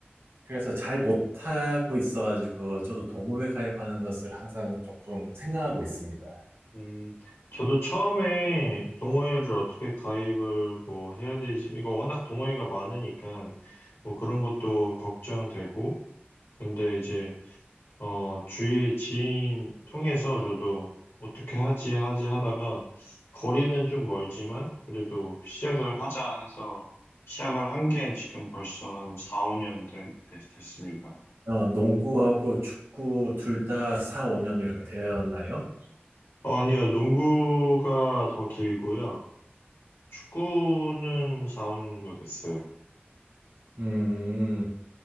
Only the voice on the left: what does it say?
음, 저도 처음에 동호회를 어떻게 가입을 뭐 해야 되지? 이거 워낙 동호회가 많으니까 뭐 그런 것도 걱정되고, 근데 이제, 어, 주위 지인 통해서 저도 어떻게 하지, 하지 하다가 거리는 좀 멀지만 그래도 시작을 하자 해서 시작을 한 게 지금 벌써 한 4, 5년 됐, 됐- 됐습니다.
어, 아니요. 농구가 더 길고요. 축구는 4, 5년 정도 됐어요.